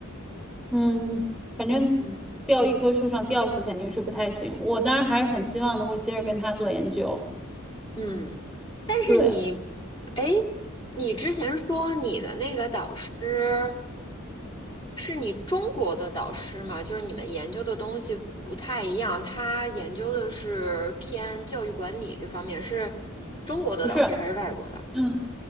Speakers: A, in the centre; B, on the left.
A: 嗯，反正吊一棵树上吊死肯定是不太行。
B: 嗯
A: 我当然还是很希望能够接着跟他做研究。
B: 嗯。但是你，
A: 对，
B: 哎，你之前说你的那个导师是你中国的导师吗？就是你们研究的东西不太一样，他研究的是偏教育管理这方面，是中国的导师还是外国的？
A: 不是。嗯。